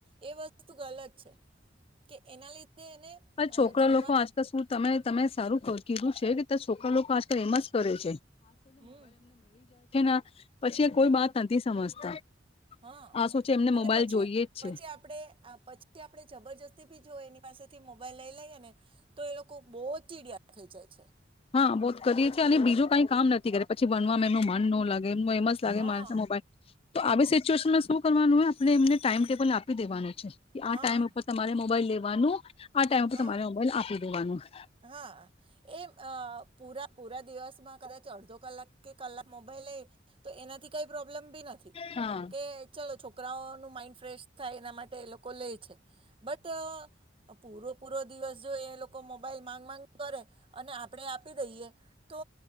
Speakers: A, on the right; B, on the left.
A: એ વસ્તુ ગલત છે કે એના લીધે એને. અ
B: છોકરા
A: જમવામાં
B: લોકો આજકાલ શું, તમે તમે. સારું કહું કીધું છે. <unintelligible>
A: હમ
B: લોકો આજકલ એમસ. કરે છે.
A: હમ
B: <unintelligible> પછી એ
A: હમ
B: કોઈ બાત નથી સમજતા
A: હા
B: આ સોચે એમને
A: અને
B: મોબાઈલ
A: પછી
B: જોઈએ જ છે.
A: પછી આપણે આ પછી આપણે <unintelligible> જો એની પાસેથી મોબાઈલ લઈ લઈએ ને તો એ લોકો બો ચીડિયા થઈ જાય છે.
B: હા <unintelligible> જ કરીએ છીએ અને બીજું કઈ કામ નથી કરે પછી ભનવાવામાં એમનું મન ન લાગે એમ એમ જ લાગે
A: હા
B: મા મોબાઈલ તો આવી સિચ્યુએશનમાં શું કરવાનું હોય આપણે એમને ટાઈમ-ટેબલ આપી દેવાનું છે આ
A: હા
B: ટાઈમ ઉપર તમારે મોબાઈલ લેવાનું આ ટાઈમ ઉપર
A: હા
B: તમારે મોબાઈલ આપી દેવાનું <inaudible>
A: હા એ અ પુરા પુરા દિવસમાં કદાચ અડધો કલાક કે કલાક મોબાઈલ લઈ તો એનાથી કઈ પ્રો લબભી નથી
B: હા
A: કે ચલો છોકરાનું માઈન્ડ ફ્રેશ થાય એના માટે એ લોકો લેય છે બટ પૂરો પૂરો દિવસ જો એ લોકો મો મોબાઈલ માંગ માંગ કરે અને આપણે આપી દઈએ તો